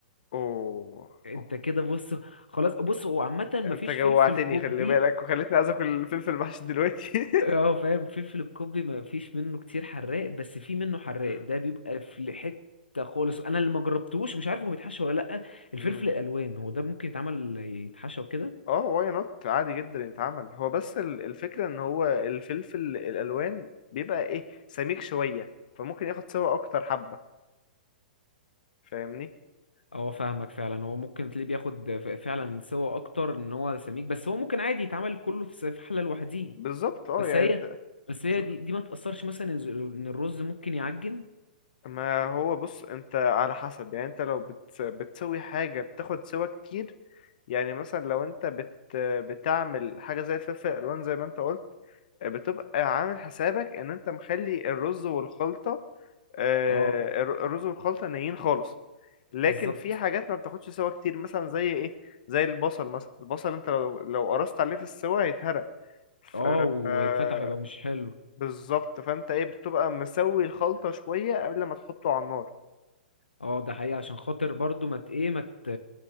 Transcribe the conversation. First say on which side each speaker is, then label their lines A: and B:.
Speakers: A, on the left; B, on the left.
A: اوه
B: انت
A: اوه
B: كده بص خلاص بص هو عامه مفيش
A: انت جوعتني
B: فلفل قبي
A: خلي بالك وخليتني عايز اكل الفلفل المحشي دلوقتي <laughs>
B: اه فاهم فلفل القبي مفيش منه كتير حراق بس في منه حراق
A: مم.
B: ده بيبقى في حته خالص انا اللي ما جربتوش مش عارف هو بيتحشى ولا لا الفلفل
A: مم.
B: الالوان هو ده ممكن يتعمل يتحشى وكده
A: اه واي نوت عادي جدا يتعمل هو بس ال- الفكرة ان هو الفلفل الالوان بيبقى ايه سميك شوية فممكن ياخد سوا اكتر حبة فاهمني
B: اه فاهمك فعلا هو ممكن تلاقيه بياخد ف- فعلا سوا اكتر ان هو سميك بس هو ممكن عادي يتعمل كله في س- في حله لوحديه
A: بالظبط اه
B: بس
A: يعني
B: هي
A: انت-
B: بس هي
A: شو-
B: دي, دي ما تاثرش مثلا ان ز- إن الرز ممكن يعجن
A: ما هو بص انت على حسب يعني انت لو بت... بتسوي حاجة بتاخد سوا كتير يعني مثلا لو انت بت... بتعمل حاجة زي الفلفل الالوان زي ما انت قلت آه، بتبقى عامل حسابك ان انت مخلي الرز والخلطة آه،
B: اه
A: الر- الرز والخلطة نيين خالص لكن
B: بالظبط
A: في حاجات ما بتاخدش سوا كتير مثلا زي ايه زي البصل مثلا البصل انت لو لو قرصت عليه في السوا هيتهرق ف
B: اه ويتفتح
A: آه،
B: يبقى مش حلو
A: بالظبط فانت ايه بتبقى مسوي الخلطة شوية قبل ما تحطه على النار
B: اه ده حقيقه عشان خاطر برضو ما مت ايه ما مت